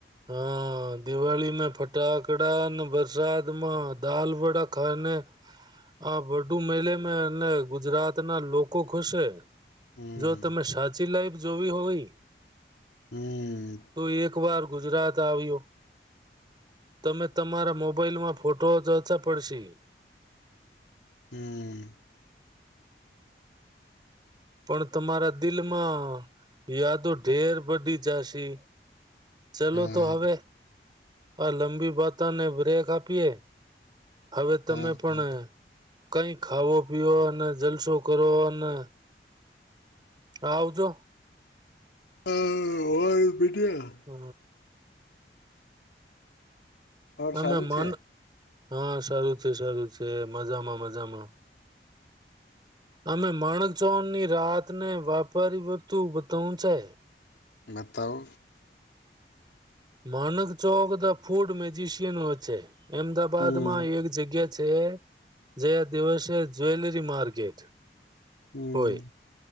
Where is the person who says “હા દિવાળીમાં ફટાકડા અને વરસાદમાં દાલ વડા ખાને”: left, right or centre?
Right